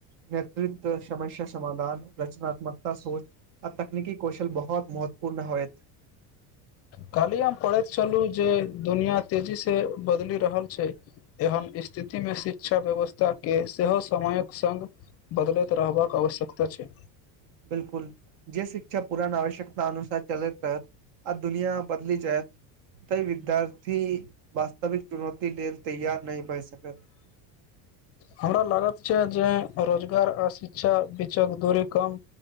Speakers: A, on the right; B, on the left.
A: नेतृत्व समस्या समाधान रचनात्मकता सोच आ तकनीकी कौशल बहुत महत्वपूर्ण होयत
B: काल्हि हम पढ़ैत छलू जे दुनिया तेजी से बदलि रहल छै हम स्थिति मे शिक्षा व्यवस्था के सेहो समयक संग बदलैत रहबाक आवश्यकता छै
A: बिलकुल जे शिक्षा पुरान आवश्यकता अनुसार चलैत रहत आ दुनिया बदलि जायत तै विद्यार्थी वास्तविक चुनौती लेल तैयार नहि भए सकत
B: हमरा लागत छै जे रोजगार आ शिक्षा बीचक दूरी कम